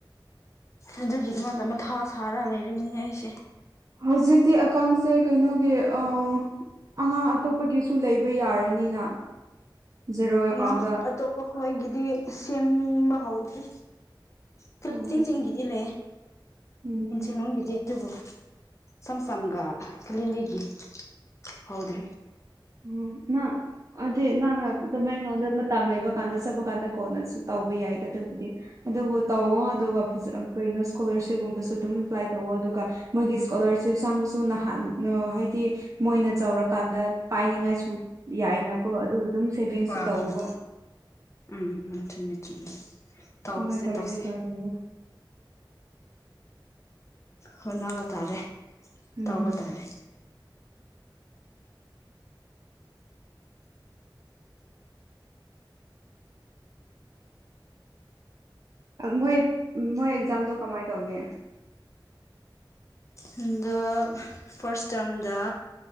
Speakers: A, on the left (about 35°); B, on the right (about 40°).
A: ꯑꯗꯨꯒꯤꯗꯨꯃꯛꯇ ꯃꯊꯥ ꯁꯥꯔ ꯂꯩꯔꯤꯅꯤ ꯑꯩꯁꯦ꯫
B: ꯍꯧꯖꯤꯛꯇꯤ ꯑꯀꯥꯎꯟꯁꯦ ꯀꯩꯅꯣꯒꯤ ꯑꯥ ꯑꯉꯥꯡ ꯑꯇꯣꯞꯄꯒꯤꯁꯨ ꯂꯩꯕ ꯌꯥꯔꯅꯤꯅ ꯖꯦꯔꯣ ꯑꯦꯀꯥꯎꯟꯗ
A: ꯑ ꯑꯇꯣꯞꯄ ꯈꯣꯏꯒꯤꯗꯤ ꯁꯦꯝꯕ ꯍꯧꯗ꯭ꯔꯤ ꯈꯂ
B: ꯎꯝ
A: ꯇꯤꯟ ꯆ ꯀꯤꯗꯤ ꯂꯦ
B: ꯎꯝ
A: ꯏꯁꯤꯅꯤꯗꯤ ꯑꯗꯨꯕꯣ ꯁꯝ ꯁꯝꯒ ꯀꯂꯤꯒꯤ ꯍꯧꯗ꯭ꯔꯤ
B: ꯑꯣ ꯅ ꯑꯗꯨꯗꯤ ꯅꯪꯅ ꯑꯗꯨꯃꯥꯏꯉꯣꯟꯗ ꯃꯇꯝ ꯂꯩꯕ ꯀꯥꯟꯗ ꯆꯠꯄ ꯀꯥꯟꯗ ꯀꯣꯟꯅꯁꯨ ꯇꯧꯕ ꯌꯥꯏꯗ ꯑꯗꯨꯕꯨꯗꯤ꯫ ꯑꯗꯨꯕꯨ ꯇꯧꯋꯣ ꯑꯗꯨꯒ ꯐꯖ ꯀꯩꯅꯣ ꯏꯁꯀꯣꯂꯔꯁꯤꯞꯀꯨꯝꯕꯁꯨ ꯑꯗꯨꯝ ꯑꯦꯄ꯭ꯂꯥꯏ ꯇꯧꯋꯣ ꯑꯗꯨꯒ ꯃꯣꯏꯒꯤ ꯏꯁꯀꯣꯂꯥꯔꯁꯤꯞ ꯆꯪꯕꯁꯨ ꯅꯍꯥꯟꯅ ꯍꯥꯏꯗꯤ ꯃꯣꯏꯅ ꯆꯥꯎꯔꯀꯥꯟꯗ ꯄꯥꯏꯅꯤꯉꯥꯏꯁꯨ ꯌꯥꯏꯅꯀꯣ ꯑꯗꯨ ꯑꯗꯨꯝ ꯁꯦꯚꯤꯡꯁꯨ
A: ꯍꯣꯏ-
B: ꯇꯧꯕ
A: ꯍꯣꯏ ꯎꯝ - ꯎꯝ ꯆꯨꯝꯃꯦ - ꯆꯨꯝꯃꯦ꯫ ꯇꯧꯁꯦ
B: ꯃꯥꯏ ꯇꯧꯔꯗꯤ
A: ꯇꯧꯁꯦ
B: ꯐꯥꯗꯣꯏꯅꯦ꯫
A: ꯍꯣꯠꯅꯕ ꯇꯥꯔꯦ
B: ꯎꯝ
A: ꯇꯧꯕ ꯇꯥꯔꯦ꯫
B: ꯃꯣꯏ ꯃꯣꯏ ꯑꯦꯛꯖꯥꯝꯗꯣ ꯀꯃꯥꯏ ꯇꯧꯒꯦ?
A: ꯍꯟꯗꯛ ꯐꯥꯔꯁ ꯇꯥꯔꯝꯗ